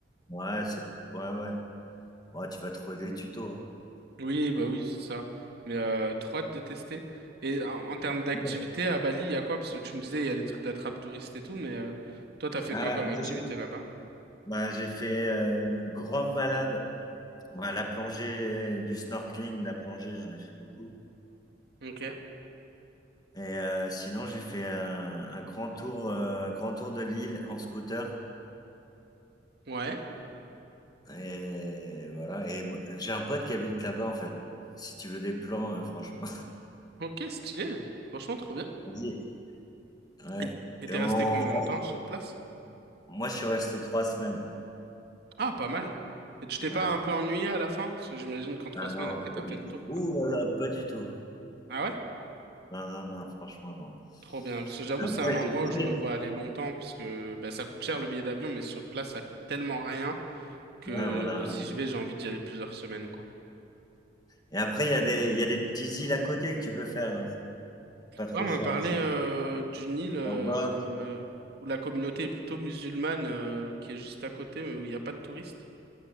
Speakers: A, on the left; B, on the right.
A: Ouais, c'est, ouais, ouais. Bon, tu vas trouver des tutos.
B: Oui, bah oui, c'est ça. Mais euh, trop hâte de tester. Et en, en termes d'activité
A: C'est bon.
B: à Bali, il y a quoi? Parce que tu me disais, il y a des trucs d'attrape touristes et tout, mais euh, toi, t'as fait
A: Ah,
B: quoi comme
A: moi,
B: activité là-bas?
A: Bah, j'ai fait euh, une grande balade. Bah, la plongée, du snorkeling, la plongée, j'en ai fait beaucoup.
B: Ok.
A: Et euh, sinon, j'ai fait un, un grand tour, euh, un grand tour de l'île en scooter.
B: Ouais.
A: Et voilà. Et m- j'ai un pote qui habite là-bas, en fait. Si tu veux des plans, euh, franchement.
B: Ok, stylé. Franchement, trop
A: <laughs>
B: bien.
A: Vas-y. Ouais.
B: Et et t'es
A: Et on-
B: resté combien de
A: on-
B: temps sur place?
A: moi, je suis resté trois semaines.
B: Ah, pas mal. Et tu t'es
A: Ouais.
B: pas un peu ennuyé à la fin? Parce que j'imagine qu'en trois
A: Ah
B: semaines
A: non,
B: après, t'as
A: pas du
B: fait le
A: tout.
B: tour, quoi.
A: Ouh là là, pas du tout.
B: Ah ouais?
A: Non, non, non, franchement, non.
B: Trop bien. Parce que j'avoue,
A: Après,
B: c'est un endroit
A: j'ai bougé.
B: où je me vois aller longtemps, parce que bah, ça coûte cher le billet d'avion, mais sur place, ça coûte tellement rien que
A: Ouais, voilà.
B: si je vais, j'ai envie d'y aller plusieurs semaines, quoi.
A: Et après, il y a des, il y a des petits îles à côté que tu peux faire. hein. C'est Pas trop
B: Ouais, on m'a
A: cher
B: parlé
A: aussi.
B: euh, d'une île euh,
A: Lombok.
B: euh, où la communauté est plutôt musulmane, euh, qui est juste à côté, mais où il n'y a pas de touristes.